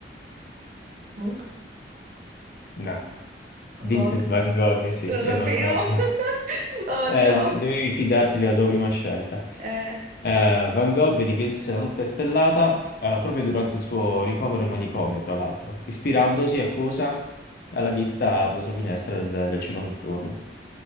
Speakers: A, on the right; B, on the left.
A: Munch?
B: No,
A: Van
B: Vincent
A: Gogh?
B: van Gogh, sì,
A: Lo
B: è
A: sapevo!
B: Van Gogh.
A: <laughs> Oh
B: Eh,
A: no!
B: de- dovevi fidarti della tua prima scelta.
A: Eh,
B: Eh, Van Gogh dipinse La notte stellata eh, proprio durante il suo ricovero in manicomio, tra l'altro, ispirandosi a cosa? Alla vista dalla sua finestra del, del cielo notturno.